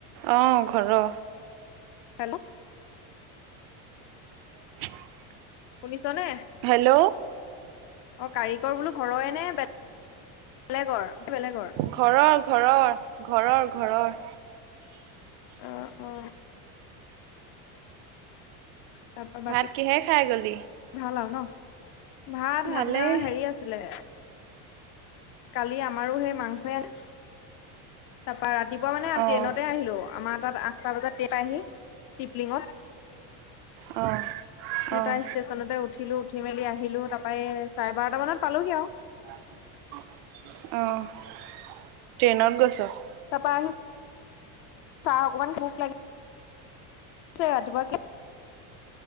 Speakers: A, on the right; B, on the left.
A: অ', ঘৰৰ।
B: হেল্ল'।
A: <inaudible>
B: শুনিছনে?
A: হেল্ল'।
B: অ', কাৰিকৰ বোলো ঘৰৰে নেলে বেলেগৰ, বেলেগৰ?
A: ঘৰৰ, ঘৰৰ, ঘৰৰ, ঘৰৰ।
B: অ', অ'। তাপা বাকী?
A: ভাত কিহে খাই গ'লি?
B: ভাল আৰু ন ভাত
A: ভালেই
B: আামাৰ হেৰি আছিলে। কালি আমাৰো সেই মাংস এ তাৰপা ৰাতিপুৱা মানেমি
A: অ
B: ট্ৰেইনতে আহিলো আমাৰ তাত আঠটা বজাত টে প আহি টিপলিঙত।
A: অ'।
B: সেই
A: অ',
B: তাই ষ্টেচনতে উঠিলো উঠি মেলি আহিলো তাৰই চাৰে বাৰটা মানত পালোহি আৰু।
A: আহ ট্ৰেইনত গৈছ?
B: তাৰপা আহি চাহ অকমান ভুক লাগ ৰাতিপুৱা